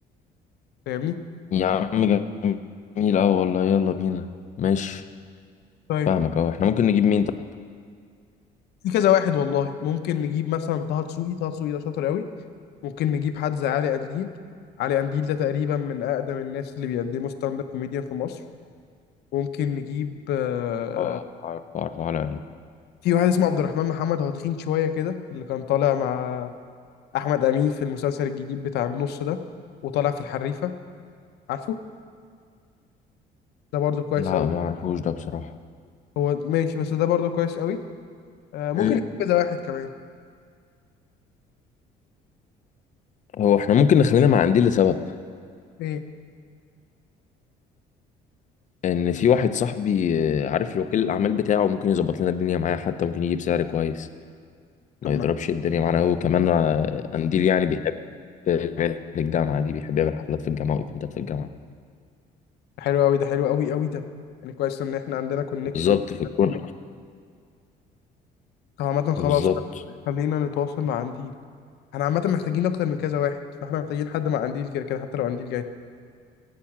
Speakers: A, on the left; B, on the left.
A: فاهمني
B: يا عم جميل أوي والله يلا بينا ماشي
A: طيب
B: فاهمك أهو احنا ممكن نجيب مين طب
A: في كذا واحد والله ممكن نجيب مثلا طه دسوقي طه دسوقي ده شاطر قوي ممكن نجيب حد زي علي قنديل علي قنديل ده تقريبا من أقدم الناس اللي بيقدموا ستاند اب كوميديان في مصر ممكن نجيب آه،
B: آه، أعرف أعرف على عندي
A: في واحد اسمه عبد الرحمن محمد هو تخين شوية كده اللي كان طالع مع أحمد أمين في المسلسل الجديد بتاع النص ده وطالع في الحريفة عارفه ده برضو كويس
B: لا
A: قوي
B: ما أعرفوش ده بصراحة
A: هو ماشي بس ده برضو كويس قوي آه، ممكن
B: إيه؟
A: نجيب كذا واحد كمان
B: هو احنا ممكن نخلينا مع عندي لسبب
A: ايه
B: إن في واحد صاحبي آه، عارف له وكيل الأعمال بتاعه ممكن يظبط لنا الدنيا معاه حتى ممكن يجيب سعر كويس ما
A: طب ما
B: يضربش الدنيا معانا هو كمان آه، قنديل يعني بيحب في الجامعة دي بيحب يعمل حفلات في الجامعة وإيفنتات في الجامعة
A: حلو قوي ده حلو قوي قوي ده يعني كويس ان احنا عندنا كونكشن
B: بالظبط في الكورة
A: طب عامة خلاص
B: بالظبط
A: خلينا نتواصل مع عندي احنا عامة محتاجين اكتر من كذا واحد فاحنا محتاجين حد مع قنديل كده كده حتى لو قنديل جاي